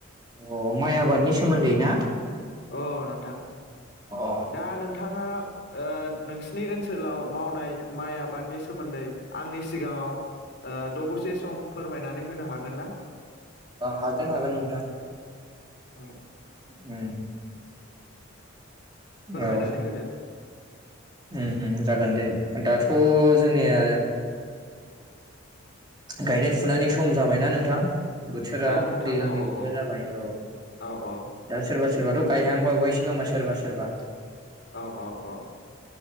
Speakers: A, on the right; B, on the left.
A: अ माइ आबादनि सोमोन्दै ना?
B: अ नोंथां
A: अ
B: दा नोंथाङा ओ नोंसिनि ओनसोलाव मावनाय माइ आबादनि सो सोमोन्दै आंनि सिगाङाव ओ दबसे सम फोरमायनानै होनो हागोन ना
A: अ हागोन हागोन नोंथां।
B: अ
A: उम
B: फोरमायनानै
A: औ
B: होदो
A: उम उम जागोन दे दाथ' जोंनिया गायनाय फुनायनि सम जाबायना नोंथां। बोथोरा
B: औ नोंथां
A: दैलांनि
B: औ
A: बोथोर
B: औ
A: जाबाय औ
B: औ औ
A: दा सोरबा सोर सोरबाथ' गायहांबावयसो खोमा सोरबा सोरबा
B: औ औ औ।